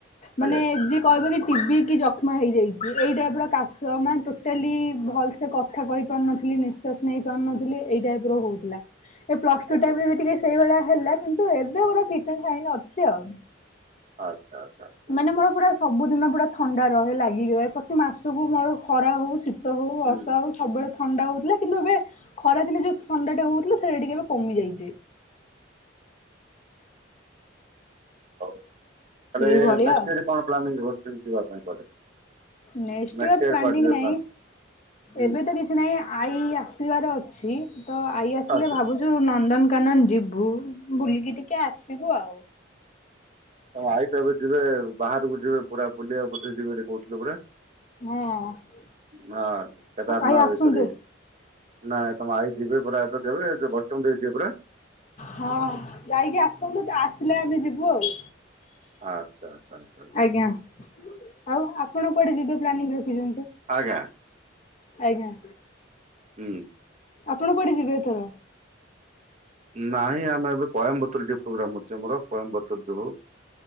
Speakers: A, on the left (about 35°); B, on the right (about 35°).
A: ମାନେ
B: ଆଜ୍ଞା
A: ଯେ କହିବ କି ଟିଭିି କି ଜଷ୍ମା ହେଇଯାଇଛି ଏଇ ଟାଇପ ର କାଶ ମାନେ ଟୋଟାଲି ଭଲସେ କ କଥା କହିପାରୁନଥିଲି ନିଶ୍ୱାସ ନେଇପାରୁନଥିଲି ଏଇ ଟାଇପ୍ର ହଉଥିଲା। ଏ ପ୍ଲସ ଟୁ
B: ଆଚ୍ଛା
A: ଟାଇମରେ ବି ଟିକେ ସେଇଭଳିଆ ହେଲା କିନ୍ତୁ ଏବେ ପୁରା ଫିଟ ଆଣ୍ଡ ଫାଇନ ଅଛି ଆଉ।
B: ଆଚ୍ଛା ଆଚ୍ଛା। ଆଚ୍ଛା।
A: ମାନେ ମୋର ପୁରା ସବୁଦିନ ପୁରା ଥଣ୍ଡା ରହେ ଲାଗିକି ରହେ ପ୍ରତି ମାସକୁ ମୋର ଖରା ହଉ ଶୀତ ହଉ
B: ହୁଁ
A: ତ ଆଉ ସବୁବେଳେ ଥଣ୍ଡା ହଉଥିଲା କିନ୍ତୁ ଏବେ ଖରାଦିନେ ଯୋଉ ଥଣ୍ଡା ଟା ହଉଥିଲା ସେଇଟା ଟିକେ ଏବେ କମିଯାଇଛି।
B: ହଉ ତାଲେ
A: ଏଇଭଳିଆ
B: ନେଷ୍ଟ
A: ଆଉ
B: ଇଅରରେ କଣ ପ୍ଲାନିଂ କରିଛନ୍ତି ଯିବା ପାଇଁ କୁଆଡେ?
A: ନେଷ୍ଟ
B: ନେକ୍ସଟ୍
A: ଇଅର
B: ଇୟର
A: ପ୍ଲାନିଂ
B: କୁଆଡେ ଯିବେ
A: ନାଇଁ
B: ହୁଁ
A: ଏବେ ତ କିଛି କି ନାଇଁ ଆଈ ଆସିବାର ଅଛି ତ ଆଈ ଆସିଲେ
B: ଆଚ୍ଛା
A: ଭାବୁ ନନ୍ଦନକାନନ ଯିବୁ ବୁଲିକି ଟିକେ ଆସିବୁ ଆଉ।
B: ହଁ ଆଇ ତ ଏବେ ଯିବେ ବାହାରକୁ ଯିବେ ପୁରା ବୁଲିିବା କୁ କଉଥିରେ ଯିବେ ବୋଲି କହୁଥିଲେ ପରା।
A: ହଁ
B: ହଁ କେଦାରନାଥ
A: ଆଈ ଆସନ୍ତୁ
B: ଏ ସରି ନାଇଁ ତମ ଆଇ ଯିବେ ପୁରା ଏତ ଯବେ ଯୋଉ <unintelligible> ପୁରା।
A: ହଁ ଯାଇକି ଆସନ୍ତୁ ଆସିଲେ ଆମେ ଯିବୁ ଆଉ।
B: ଆଚ୍ଛା ଆଚ୍ଛା ଆଚ୍ଛା ଆଚ୍ଛା।
A: ଆଜ୍ଞା ଆଉ ଆପଣ କୁଆଡେ ଯିବେ ପ୍ଲାନିଂ ରଖିଛନ୍ତି।
B: ଆଜ୍ଞା।
A: ଆଜ୍ଞା।
B: ହୁଁ।
A: ଆପଣ କୁଆଡେ ଯିବେ ଏଥର?
B: ନାଇଁ ଆମେ ଏବେ କଏମ୍ବତରୀ ଟିକେ ପ୍ରୋଗ୍ରାମ ଅଛି ଆମର କଏମ୍ବତୀ। ଯିବୁ